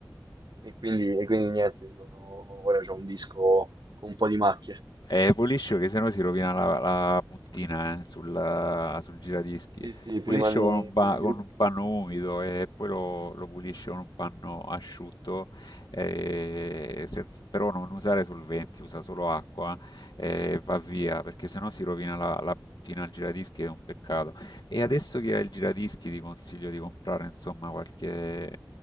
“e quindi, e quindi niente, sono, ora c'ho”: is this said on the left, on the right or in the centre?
Right